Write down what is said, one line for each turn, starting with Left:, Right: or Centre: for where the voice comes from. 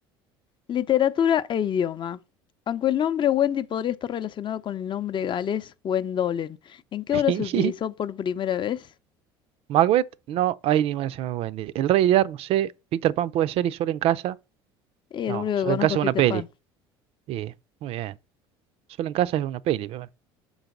Left: Literatura e idioma. Aunque el nombre Wendy podría estar relacionado con el nombre galés Wendolen, ¿en qué
Right: <laughs>
Left: obra se utilizó por primera vez?
Right: Macbeth, no hay ninguna se me Wendy. El Rey Lear, no sé. Peter Pan puede ser y Solo en casa.
Left: Y el
Right: No,
Left: único
Right: Solo
Left: que conozco
Right: en casa
Left: es Peter
Right: es una peli.
Left: Pan,
Right: Sí, muy bien. Solo en casa es una peli, pero bueno.